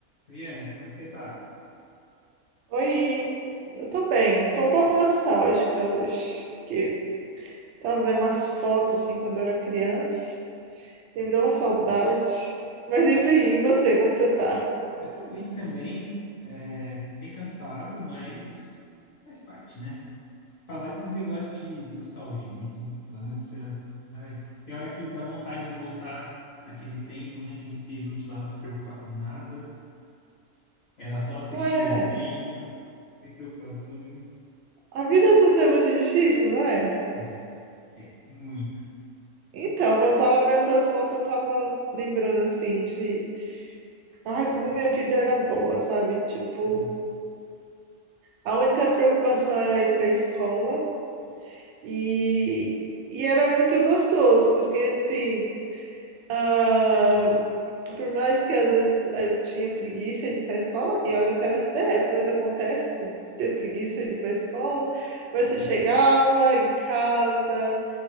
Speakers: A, on the left (about 60°); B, on the right (about 65°).
A: Viana, como é que você tá?
B: Oi, eu tô bem. Tô um pouco nostálgica hoje, que tava vendo umas fotos assim quando eu era criança e me deu uma saudade. Mas enfim, e você, como você tá?
A: Eu tô bem também, é, bem cansado, mas faz parte, né? Falar desse negócio de nostalgia, de infância, ai, tem hora que dá vontade de voltar naquele tempo, né? Que a gente não precisava se preocupar com nada, era só assistir
B: Ué,
A: desenho, sem preocupações.
B: a vida adulta é muito difícil, não é?
A: É, é, muito.
B: Então,
A: Eu-
B: quando eu tava vendo essas fotos, eu tava lembrando assim de, ai, como minha vida era boa, sabe? Tipo,
A: é.
B: A única preocupação era ir para a escola e, e era muito gostoso, porque assim, ah, por mais que às vezes eu tinha preguiça de ir para a escola, e olha que era CDF, mas acontece de ter preguiça de ir para a escola, mas
A: <laughs>
B: você chegava em casa,